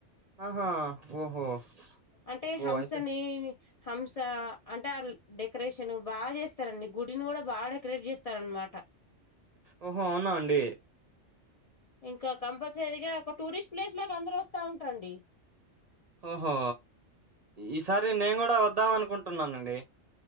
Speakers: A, on the right (about 45°); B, on the left (about 50°).
A: అహా ఓహో
B: అంటే
A: అబ్బో
B: హంసని
A: అయితే
B: హంస అంటే డెకరేషన్ బాగా చేస్తారండి గుడిని కూడా బా డెకరేట్ చేస్తారన్నమాట. మాట
A: ఓహో అవునా అండి
B: ఇంకా కంపల్సరీగా ఒక టూరిస్ట్ ప్లేస్లోకి అందరు వస్తా ఉంటా అండి
A: ఓహో ఈసారి నేను కూడా వద్దాం అనుకుంటున్నానండి